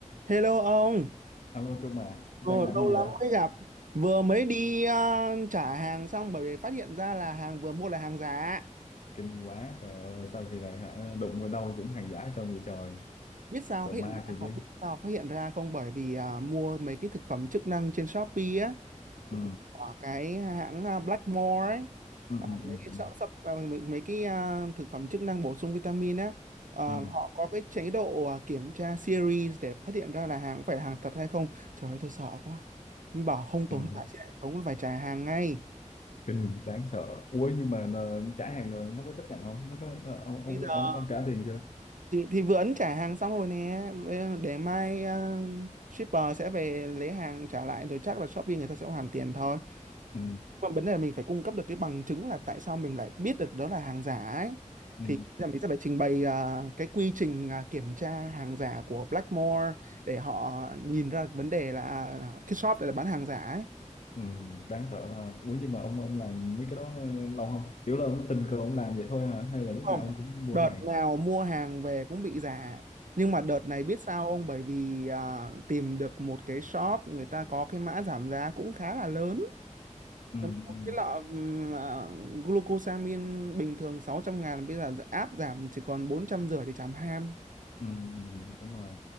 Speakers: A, on the right; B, on the left.
A: Hello ông,
B: Alo Trung à,
A: ờ,
B: đang làm
A: lâu
B: gì
A: lắm
B: vậy?
A: mới gặp. Vừa mới đi ờ, trả hàng xong bởi vì phát hiện ra là hàng vừa mua là hàng giả.
B: Kinh quá, trời ơi, sao kỳ này hả? Đụng vào đâu cũng hàng giả trơn vậy trời.
A: Biết sao
B: Sợ
A: phát
B: ma
A: hiện ra
B: thì
A: không?
B: chứ.
A: Biết sao phát hiện ra không? Bởi vì ờ, mua mấy cái thực phẩm chức năng trên Shopee á, của
B: Ừ,
A: cái hãng ờ, Blackmore ấy,
B: ừ,
A: Ờ,
B: ừ, ừ,
A: mấy cái
B: ừ,
A: sắp, sắp ờ, mấy, mấy cái ờ, thực phẩm chức năng bổ sung vitamin á, ờ,
B: ừ.
A: họ có cái chế độ ờ, kiểm tra series để phát hiện ra là hàng có phải là hàng thật hay không. Trời ơi, tôi sợ quá. Bảo không tồn
B: ừ.
A: tại trên hệ thống là phải trả hàng ngay.
B: Kinh, đáng sợ. Ủa nhưng mà ờ, trả hàng rồi nó có chấp nhận không? Nó có, ờ, ông,
A: bây
B: ông,
A: giờ
B: ông, ông trả tiền chưa?
A: thì thì vừa ấn trả hàng xong rồi nè Bây- để mai ờ, shipper sẽ về lấy hàng trả lại rồi chắc là Shopee người ta sẽ hoàn tiền thôi
B: Ừ,
A: mà vấn đề là mình phải cung cấp được cái bằng chứng là tại sao mình lại biết được đó là hàng giả ấy
B: ừ,
A: thì là mình sẽ phải trình bày ờ, cái quy trình ờ, kiểm tra hàng giả của Blackmore để họ nhìn ra vấn đề là ờ, cái shop này là bán hàng giả ấy
B: ừ, đáng sợ ha. Ủa nhưng mà ông ông làm mấy cái đó ờ, lâu không? Kiểu là ông tình cờ ông làm vậy thôi hả? Hay là lúc
A: không
B: nào ông cũng mua
A: đợt
B: hàng?
A: nào mua hàng về cũng bị giả nhưng mà đợt này biết sao không bởi vì à, tìm được một cái shop người ta có cái mã giảm giá cũng khá là lớn
B: Ừ,
A: một
B: ừ,
A: cái lọ ừm, à, glucosamine bình thường sáu trăm ngàn bây giờ áp giảm chỉ còn bốn trăm rưỡi để trảm ham
B: ừ, ừ, đúng rồi.